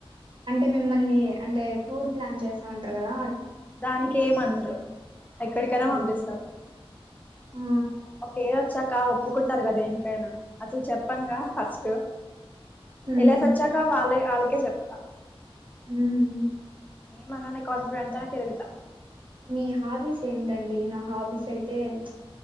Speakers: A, on the right; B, on the left.
A: అంటే మిమ్మల్ని అంటే టూర్ ప్లాన్ చేస్తా ఉంటరు కదా.
B: దానికి ఏమన్ రు ఎక్కడికైనా
A: అందుకు.
B: పంపిస్తారు
A: ఆ!
B: ఒక ఏజ్ వచ్చా కా ఒప్పుకుంటారు గా దేనికైనా అసలు చెప్పన్గా ఫస్ దో
A: హ్మ్.
B: ఎల్లెసొచ్చాక వాలె అలి కె చెప్తా
A: మ్
B: ఏం అననే కాన్ఫిడెంట్ తోనే తిరుగుతా.
A: మీ హాబీస్ ఏంటండి. నా హాబీస్ అయితే చ్